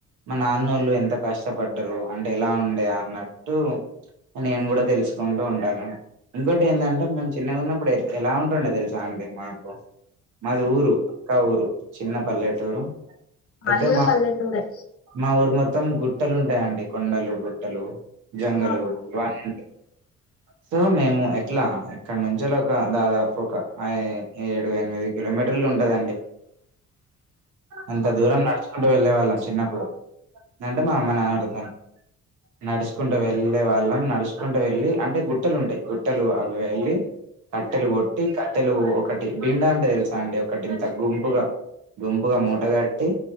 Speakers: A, on the right; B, on the left.
A: మా నాన్నోళ్ళు ఎంత కష్టపడ్డరు అంటే ఎలా ఉండే అన్నట్టు నేను కూడా తెలుసుకుంటూ ఉంటాను ఇంకోటి ఏందంటే మేము చిన్నగా ఉన్నప్పుడు ఎలా ఉంటుండే తెలుసా అండి మాకు మాది ఊరు పక్క ఊరు చిన్నపల్లెటూరు
B: మాది
A: అయితే
B: కూడా పల్లెటూరే
A: మా ఊరు మొత్తం గు గుట్టలు ఉంటాయండి కొండలు గుట్టలు జంగలు
B: ఆహా
A: ఇవన్నీ
B: <inaudible>
A: సో మేము ఎట్లా ఇక్కడ నుంచీ ఒక దాదాపు ఒక ఏడు ఎనిమిది కిలోమీటర్ ఉంటదండి
B: <inaudible>
A: అంత దూరం నడుచుకుంటూ వెళ్ళే వాళ్ళం చిన్నప్పుడు లేదంటే మా అమ్మ నాన్నలతోని నడుచుకుంటూ వెళ్ళే వాళ్ళం నడుచుకుంటూ వెళ్ళి అంటే గుట్టలు ఉంటాయి గుట్టలు అవి వెళ్ళి కట్టెలు కొట్టి కట్టెలు ఒకటి బిండా అంటే తెలుసా అండి ఒకటి ఇంత గుంపుగా గుంపుగా మూటగాట్టి